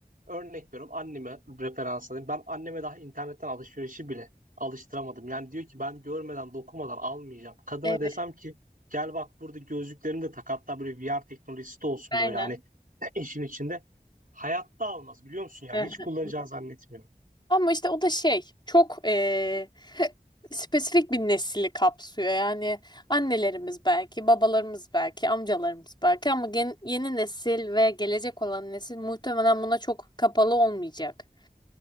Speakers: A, on the right; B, on the left.
A: Örnek veriyorum anneme referans alayım. Ben anneme daha internetten alışverişi bile alıştıramadım. Yani diyor ki ben görmeden dokunmadan almayacağım. Kadına
B: evet,
A: desem ki gel bak burada gözlüklerini de tak hatta böyle VR teknolojisi de olsun böyle
B: aynen.
A: hani <clears throat> <laughs> işin içinde. Hayatta almaz biliyor musun yani
B: <laughs>
A: hiç kullanacağını zannetmiyorum.
B: Ama işte o da şey çok eee, <laughs> spesifik bir nesli kapsıyor. Yani annelerimiz belki, babalarımız belki, amcalarımız belki ama gen- yeni nesil ve gelecek olan nesil muhtemelen buna çok kapalı olmayacak.